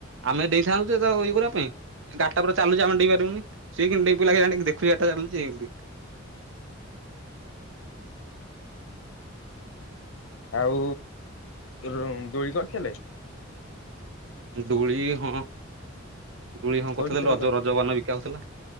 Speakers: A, on the right; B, on the left.
A: ଆମେ ଦେଇଥାନ୍ତୁ ତ ଇଏ କରିବା ପାଇଁ, ଗାରଟା ପରେ ଚାଲୁଛି ଆମେ ଦେଇପାରିବୁନି। ସେ କିନ୍ତୁ ଡେଇଁ ପ <unintelligible> ଜାଣ ଦେଖୁଛି ଏଟା ଜାଣିଲୁ ଏମିତି
B: ଆଉ ଦୋଳି କରିଥିଲେ?
A: ଦୋଳି ହଁ। ଜୁଳି ହଁ
B: କୋଉଠି
A: କରଥିଲେ
B: ଦୋଳି
A: ରଜ
B: କରିଥିଲେ
A: ରଜପାନ ବିକା ହଉଥିଲା।